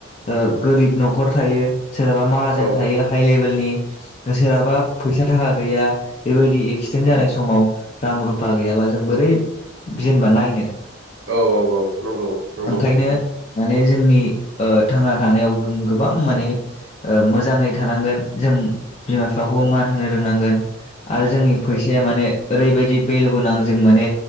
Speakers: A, on the left; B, on the right.
A: ओ गोरिब न'खर थायो सोरहाबा माहाजोन
B: औ
A: थायो हाइ लेबेलनि सोरहाबा फैसा थाखा गैया बेबायदि एक्सिडेन्ट जानाय समाव रां रुफा गैयाबा जों बोरै जेनेबा नायनो
B: औ औ औ नंगौ नंगौ
A: बेखायनो माने जोंनि ओ थांना थानायाव गोबां माने ओ मोजाङै थानांगोन जों बिमा बिफाखौ मान होनो रोंनांगोन आरो जोंनि फैसाया माने ओरैबायदि भेलु गोनां जों माने